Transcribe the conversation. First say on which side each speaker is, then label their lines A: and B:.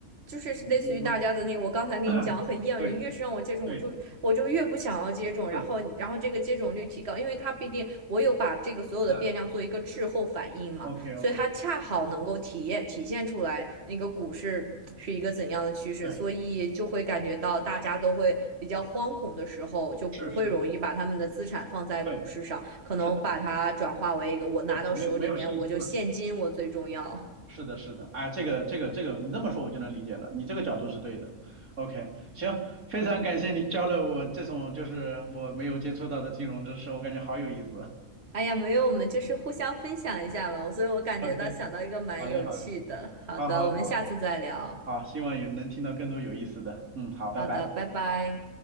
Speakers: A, on the right; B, on the right.
A: 就是类似于大家的那个，
B: 嗯，我
A: 我刚才跟你讲很厌恶，
B: <clears throat> 对
A: 你越是让我接种，
B: 对
A: 我就我就越不想要接种，
B: 是，
A: 然后然后这个接种率提高，因为它毕竟我有把这个所有的变量做一个滞后反应嘛。
B: 啊，OK OK，
A: 所以它恰好能够体验体现出来那个股市是一个怎样的趋势，
B: 对，
A: 所以就会感觉到大家都会比较惶恐的时候，就不会容易把他们的资产放在股市上，
B: 是是，对，
A: 可能把它转化为一个我拿到手里面我就现金我最重要。
B: 是的是的，对，没有没有信心嘛。是的，是的，哎，这个，这个，这个，你这么说我就能理解了，你这个角度是对的。OK，行，非常感谢你教了我这种就是我没有接触到的金融知识，我感觉好有意思。<laughs>
A: 哎呀，没有，我们就是互相分享一下嘛，所以我感觉到想到一个蛮有趣的。
B: OK，好嘞，好嘞，
A: 好的，
B: 好好好
A: 我们下次再聊。
B: 好，希望也能听到更多有意思的。嗯，好，拜拜。
A: 好的，拜拜。